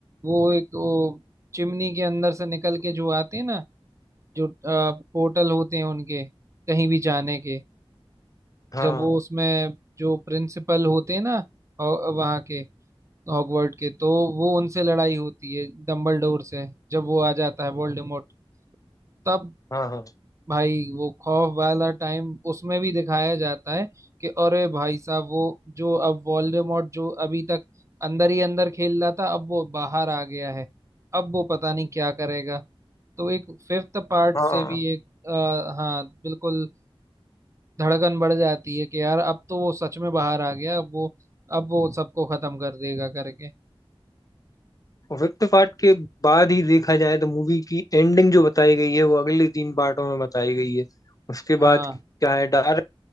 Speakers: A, on the right; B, on the left.
A: वो एक वो चिमनी के अंदर से निकल के जो आते हैं ना जो पोर्टल होते हैं उनके कहीं भी जाने के
B: हाँ
A: जब वो उसमें जो प्रिंसिपल होते हैं ना हॉ- वहाँ के हॉगवर्ड के तो वो उनसे लड़ाई होती है डम्बलडोर से जब वो आ जाता है वोल्डेमॉर्ट तब
B: हाँ हाँ
A: भाई वो खौफ वाला टाइम उसमें भी दिखाया जाता है कि अरे भाई साहब वो जो अब वोल्डेमॉर्ट जो अभी तक अंदर ही अंदर खेल रहा था अब वो बाहर आ गया है अब वो पता नहीं क्या करेगा तो एक फिफ्थ पार्ट
B: हाँ
A: से भी एक आ, हाँ बिल्कुल धड़कन बढ़ जाती है कि यार अब तो वो सच में बाहर आ गया अब वो अब वो सबको खत्म कर देगा करके
B: और फिफ्थ पार्ट के बाद ही देखा जाए तो मूवी की एंडिंग जो बताई गई है वो अगले तीन पार्टों में बताई गई है उसके
A: हाँ
B: बाद क्या है डार्क